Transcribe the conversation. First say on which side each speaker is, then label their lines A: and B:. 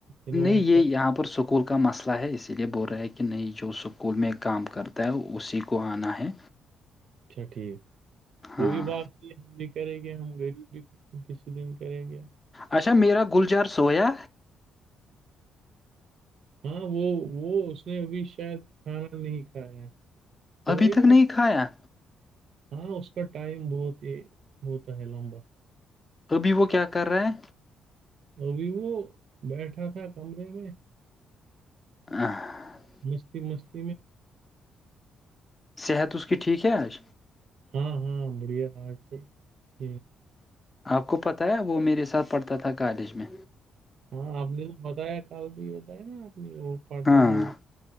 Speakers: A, on the right (about 65°); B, on the left (about 20°).
A: انوائٹ
B: نہیں یہ
A: کر
B: یہاں پر سک اسکول کا مسئلہ ہے اسی لیے بول رہا ہے کہ نہیں جو سکول میں کام کرتا ہے اسی کو آنا ہے
A: اچھا ٹھیک وہی
B: ہاں
A: بات ہم بھی کریں گے ہم غریب بھی کسی دن کریں گے
B: اچھا میرا گلجار سویا
A: ہاں وہ وہ اس نے ابھی شاید کھانا نہیں کھایا ہے سوئے
B: ابھی تک
A: گا
B: نہیں کھایا
A: ہاں اس کا ٹائم بہت ہی ہوتا ہے لمبا
B: ابھی وہ کیا کر رہے ہے
A: ابھی وہ بیٹھا تھا کمرے میں
B: نہ <inaudible>
A: مستی مستی میں
B: صحت اس کیی ٹھیک ہے حج
A: ہاں ہاں بڑھیا آج تو ٹھ
B: آپ کو پتاہ ہے وہ میرے ساتھ پڑھتا تھا کالج میں
A: ہاں آپ نے تو بتایا کل بھی بتایا نا آپ نے وہ پڑھتا
B: ہاں
A: تھا وہ